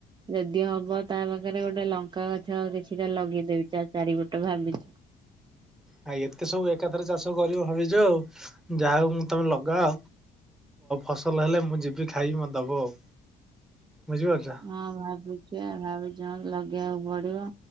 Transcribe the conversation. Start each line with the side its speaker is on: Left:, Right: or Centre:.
Right: ଯଦି ହବ ତା ପାଖରେ ଗୋଟେ ଲଙ୍କା ଲଙ୍କା ଗଛ ଆଉ କିଛିଟା ଲଗେଇଦେବି ତା ଚାରିପଟ ଭାବିଚି।
Centre: ଆ ଏତେ ସବୁ ଏକାଥରେ ଚାଷ କରିବ ଭାବିଛ ଆଉ ଯାହା ହଉ। ତମେ ଲଗାଅ ଫସଲ ହେଲେ ମୁଁ ଯିବି ଖାଇବି ମତେ ଦବ ଆଉ। ବୁଝିପାରୁଛ
Right: ହଁ ଭାବୁଛି ଭାବୁଛି ଲଗେଇବାକୁ ପଡିବ